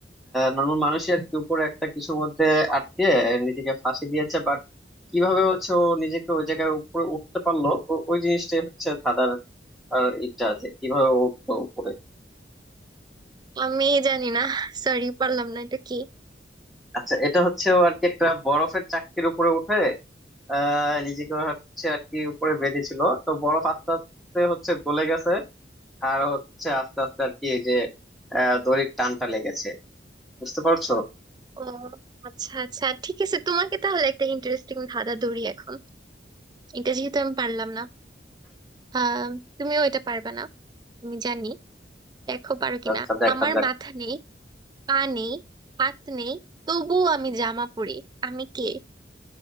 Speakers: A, in the centre; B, on the right.
A: নর্মাল মানুষই আর কি উপরে একটা কিছুর মধ্যে আটকে নিজেকে ফাঁসি দিয়েছে বাট কিভাবে হচ্ছে ও নিজেকে ওই জায়গায় উপরে উঠতে পারলো ও- ওই জিনিসটাই হচ্ছে ধাঁধার আর ইটা আছে কিভাবে ও উঠলো উপরে
B: আমি জানি না সরি পারলাম না এটা কি
A: আচ্ছা এটা হচ্ছে ও আর কি একটা বরফের চাকতির উপরে উঠে আহ নিজেকে হচ্ছে আর কি উপরে বেঁধেছিল তো বরফ আস্তে আস্তে হচ্ছে গলে গেছে আর হচ্ছে আস্তে আস্তে আর কি এই যে আহ, দড়ির টানটা লেগেছে বুঝতে পারছো
B: ও আচ্ছা আচ্ছা ঠিক আছে তোমাকে তাহলে একটা ইন্টারেস্টিং ধাঁধা ধরি এখন এটা যেহেতু আমি পারলাম না আহ তুমিও এটা পারবে না আমি জানি দেখো পারো কিনা
A: আচ্ছা দেখা
B: আমার
A: যাক
B: মাথা নেই পা নেই হাত নেই তবুও আমি জামা পরি আমি কে